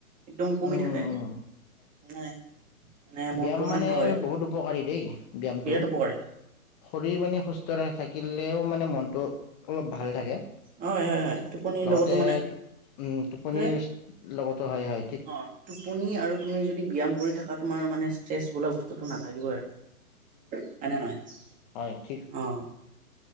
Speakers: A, on the right (about 20°); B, on the left (about 30°).
A: একদম কমি
B: উম
A: থাকে
B: উম
A: নাই। মানে মনটো
B: ব্যিয়াম
A: শান্ত
B: মানে
A: হয়
B: বহুত উপকাৰী দেই ব্যিয়ামটো।
A: বিৰাট উপকাৰী
B: শৰীৰ মানে সুস্থ থাকিলেও মানে মনটো অলপ ভাল থাকে
A: হয় হয় হয় টোপনিৰ
B: লগতে
A: লগতো মানে
B: উম টোপনিৰ
A: সেইটোৱে
B: লগতো হাই হাই।
A: অ টোপনি আৰু তুমি যদি ব্যায়াম কৰি থাকা তোমাৰ মানে ষ্ট্ৰেছ বোলা বস্তুটো নাথাকিবই আৰু। হয় নে নহয়
B: হয়, ঠিক
A: অ।